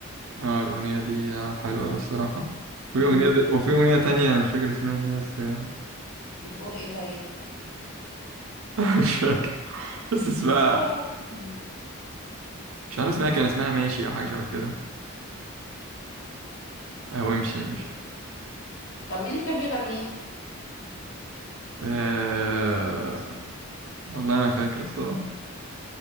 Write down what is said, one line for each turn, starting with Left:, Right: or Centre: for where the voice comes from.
Right: اه الاغنيه دي آه، حلوه أوي الصراحه وفي
Left: مم.
Right: اغنيه د- وفي اغنيه تانية أنا مش فاكر اسمها ايه بس آه،
Left: بتقول ايه طيب
Right: <laughs> مش فاكر بس اسمها
Left: ممكن اي حاجة فيها.
Right: مش عارف اسمها كان اسمها ماشي او حاجه شبه كده او امشي امشي
Left: إيه؟ طب مين اللي كان بيغنيها
Right: أه... والله ما فاكر الصراحه